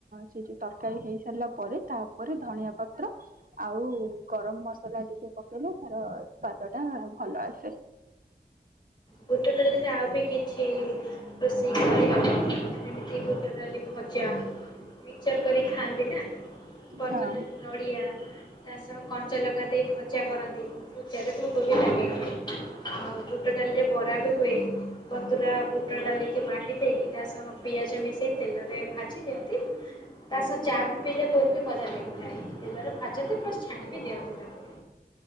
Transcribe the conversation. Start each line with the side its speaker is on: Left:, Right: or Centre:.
Right: ଚି ଯୋଉ ତରକାରୀ ହେଇ ସାରିଲା ପରେ ତା ଉପରେ ଧଣିଆ ପତ୍ର ଆଉ ଗରମ ମସଲା ଟିକେ ପକେଇଲେ ତାର ସ୍ଵାଦ ଟା ଭଲ ଆସେ।
Left: ବୁଟଟଲିରେ ଆଉ ବି କିଛି ରୋଷେଇ <inaudible> ଯେମିତି ବୁଟ ଡାଲି ଭଜା ମିକ୍ଚର କରି ଖାଆନ୍ତି ନା ପର୍ବତି
Right: ହଁ।
Left: ନଡ଼ିଆ ତା ସହ କଞ୍ଚା ଲଖା ଦେଇ ଭଜା କରନ୍ତି। <unintelligible> ଭୋକ ବି ଲାଗେ ଆଉ ବୁଟ ଡାଲିରେ ବରା ବି ହୁଏ। ବତୁରା ବୁଟ ଡାଲିକି ବାଟି ଦେଇକି ତା ସହ ପିଆଜ ମିଶେଇ ତେଲରେ ଭାଜି ଦିଅନ୍ତି ତା ସ ଚା ବି ପିଇଲେ ବହୁତ ବି ମଜା ଲାଗିଥାଏ ତେଲରେ ଭାଜନ୍ତି ପ୍ଲସ୍ ଛାଣି ବି ଦିଅନ୍ତି ତାକୁ।